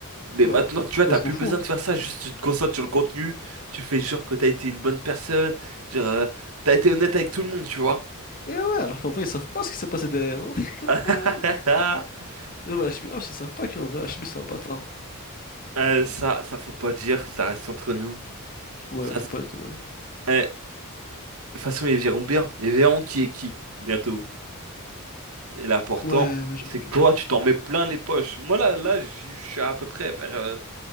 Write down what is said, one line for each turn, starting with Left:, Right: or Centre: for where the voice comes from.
Right: Mais
Left: Ouais,
Right: maintenant, tu vois,
Left: moi,
Right: t'as
Left: je
Right: plus
Left: m'en fous,
Right: besoin de
Left: hein.
Right: faire ça, juste tu te concentres sur le contenu, tu fais genre que t'as été une bonne personne, genre, euh, t'as été honnête avec tout le monde, tu vois.
Left: Eh ouais, alors qu'en vrai, ils savent pas ce qui s'est passé derrière, hein.
Right: <laughs>
Left: <laughs> Non, mais Hachimi, ah, ils savent pas qu'en vrai, Hachimi, c'est un bâtard.
Right: Euh, ça, ça faut pas dire, ça reste entre nous.
Left: Ouais,
Right: Ça,
Left: faut
Right: c'est-
Left: pas être. Ouais,
Right: eh, De toute façon, ils verront bien. Ils verront qui est qui, bientôt. Et l'important,
Left: ouais, ouais, j'avoue,
Right: c'est que
Left: j'avoue.
Right: toi, tu t'en mets plein les poches. Moi, là, là, je suis à peu près vers euh,